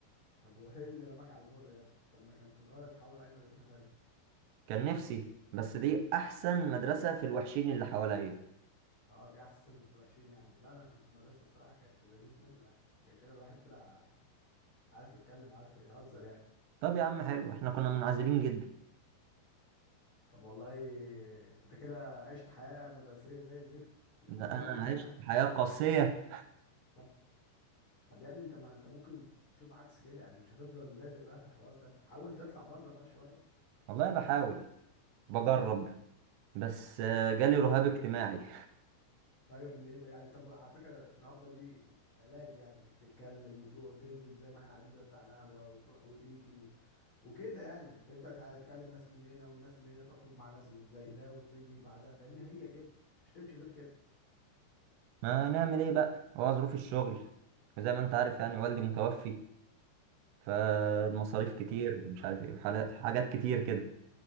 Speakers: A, on the left (about 30°); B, on the right (about 80°).
A: طب <laughs> وايه اللي رماك على المر يا ابني طب ما كانت تتغير تحول اي مدرسه ثانيه
B: كان نفسي بس دي احسن مدرسة في الوحشين اللي حواليا
A: اه دي احسن وحشين يعني لا انا كنت مدرسه الصراحه كانت في اللذيذ منه يعني عشان كده الواحد طلع عارف يتكلم وعارف يهزر يعني
B: طب يا عم حلو احنا كنا منعزلين جدا
A: طب والله انت كده عشت حياة مدرسية زي الزفت في
B: لا،
A: الجامعة
B: انا عشت حياة قاسية
A: <laughs> طب طب يا ابني انت ما انت ممكن تشوف عكس كده يعني مش هتفضل لازق بقى في الحوار ده حاول تطلع بره بقى شوية
B: والله بحاول بجرب بس آه، جالي رهاب اجتماعي
A: ايوه من ايه بقى يعني طب على فكرة الرهاب ده ليه علاج يعني انك تتكلم وتروح وتنزل زي ما احنا قاعدين دلوقتي على القهوة وتروح وتيجي و... وكده يعني تبدأ تع- تكلم ناس من هنا وناس من هنا تخرج مع ناس زي ده وتيجي بعدها فاهمني هي كده مش تمشي غير كده
B: ما نعمل ايه بقى هو ظروف الشغل وزي ما انت عارف يعني والدي متوفي فالمصاريف كتير
A: الله يرحمه
B: مش عارف ايه حاجات كتير كده